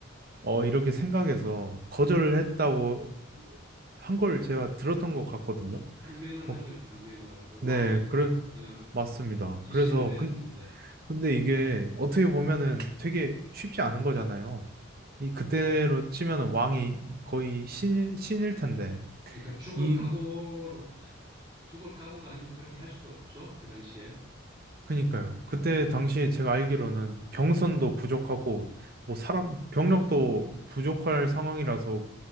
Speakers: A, on the right; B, on the right.
A: 어, 이렇게 생각해서 거절을 했다고 한 걸 제가 들었던 것 같거든요.
B: 항명을
A: 어,
B: 한 거죠, 항명을. 그 왕이
A: 네, 그래,
B: 어,
A: 맞습니다.
B: 지시를
A: 그래서,
B: 내렸는데.
A: 근, 근데 이게 어떻게 보면은 되게 쉽지 않은 거잖아요. 이 그때로 치면은 왕이 거의 신, 신일 텐데,
B: 그러니까 죽을
A: 이,
B: 각오로, 죽을 각오가 아니면 그렇게 할 수가 없죠, 그 당시에.
A: 그니까요. 그때 당시에 제가 알기로는 병선도 부족하고, 뭐 사람, 병력도 부족할 상황이라서